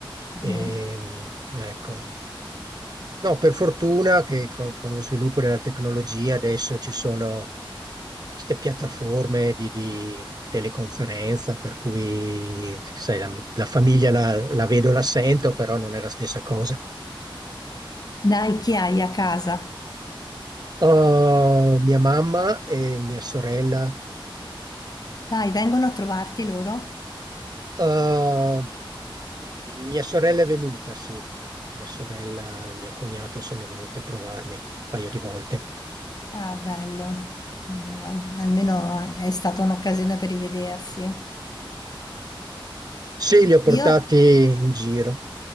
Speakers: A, on the right; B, on the left.
A: Ehm,
B: Mm.
A: ecco. No, per fortuna che con, con lo sviluppo della tecnologia adesso ci sono queste piattaforme di, di teleconferenza, per cui sai, la, la famiglia la, la vedo, la sento, però non è la stessa cosa.
B: Dai, chi hai a casa?
A: Uh, mia mamma e mia sorella.
B: Dai, vengono a trovarti loro?
A: uh, mia sorella è venuta, sì. Mia sorella e mio cognato sono venuti a trovarmi un paio di volte.
B: Ah, bello. Bello, al- Almeno è stata un'occasione per rivedersi.
A: Sì, li ho portati
B: Io
A: in giro.